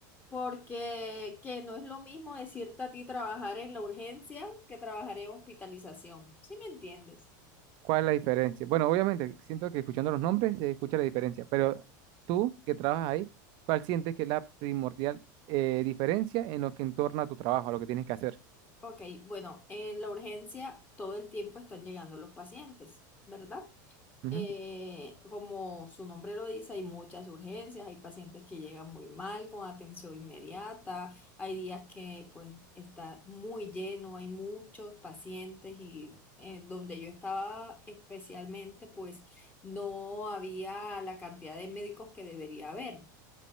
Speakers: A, on the left; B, on the right.
A: porque que no es lo mismo decirte a ti trabajar en la urgencia que trabajar en hospitalización, ¿sí me entiendes?
B: ¿Cuál es la diferencia? Bueno, obviamente, siento que escuchando los nombres se escucha la diferencia, pero tú que trabajas ahí, ¿cuál sientes que es la primordial eh, diferencia en lo que entorna a tu trabajo, a lo que tienes que hacer?
A: Ok, bueno, en la urgencia todo el tiempo están llegando los pacientes, ¿verdad?
B: Ujú,
A: Eh, como su nombre lo dice, hay muchas urgencias, hay pacientes que llegan muy mal con atención inmediata, hay días que pues está muy lleno, hay muchos pacientes y eh, donde yo estaba especialmente pues no había la cantidad de médicos que debería haber.